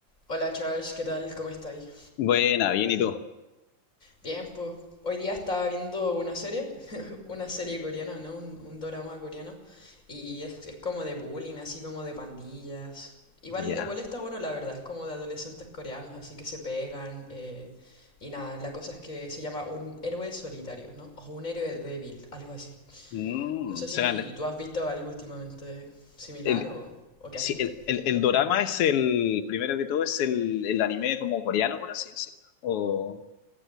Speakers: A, on the left; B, on the left.
A: Hola Charles, ¿qué tal? ¿Cómo estáis?
B: Buena, bien, ¿y tú?
A: Bien, pues hoy día estaba viendo una serie, <laughs> una serie coreana, ¿no? Un, un dorama coreano, y es, es como de bullying, así como de pandillas. Igual,
B: Ya.
A: igual está bueno, la verdad, es como de adolescentes coreanos, así que se pegan, eh, y nada, la cosa es que se llama un héroe solitario, ¿no? O un héroe débil, algo así.
B: Mm,
A: No sé si
B: suena-
A: tú has visto algo últimamente similar
B: el,
A: o, o qué
B: sí,
A: has visto.
B: el, el, el dorama es el, primero que todo, es el, el anime como coreano, por así decirlo. O,